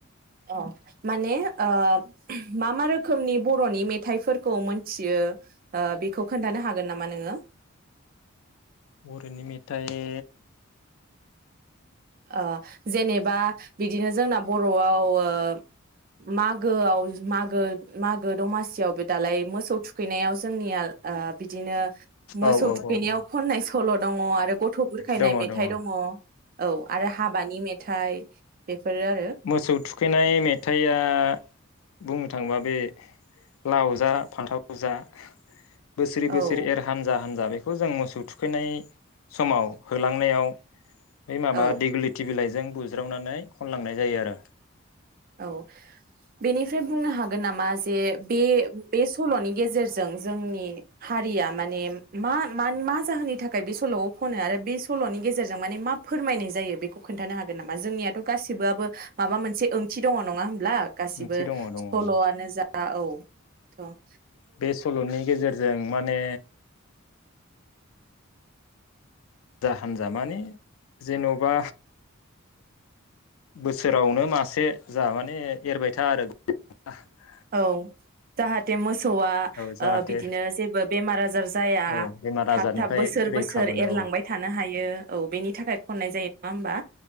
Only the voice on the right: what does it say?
अ माने ओ- मा मा रोखोमनि बर'नि मेथाइफोरखौ मोथियो ओ-बेखौ खोन्थानो हागोन नामा नोङो?
ओ-जेनेबा बिदिनो जोंना बर'आव ओ-मागोआव मागो मागो दमासियावबो दालाय मोसौ थुखैनायाव जोंनिया। ओ-बिदिनो मोसौ
थुखैनायाव
खननाय। सल' दङ आरो गथ' बुरखायनाय
मेथाइ
दङ। औ आरो हाबानि मेथाइ बेफोरो आरो
औ
औ
औ बेनिफ्राय बुंनो हाग नामा जे बे बे- सल'नि गेजेरजों जोंनि हारिया माने मा मा जाहोननि थाखाय बे सल'खौ खनो आरो बे सल'नि गेजेरजों माने मा फोरमायनाय जायो बेखौ खोन्थानो हागोन नामा जोंनियाथ' गासिबोबो माबा मोनसे ओं थि दङ नङा होम ब्ला गासिबो
सल'आनो
जा। दा औथ'।
औ जाहाथे मोस सौआ
ओ-बिदिनो जेबो बेमार आजार जाया
थाब
थाब बोसोर
बोसोर
एरलांबाय थानो हायो औ बेनि थाखाय खननाय जायो। नङा होमबा?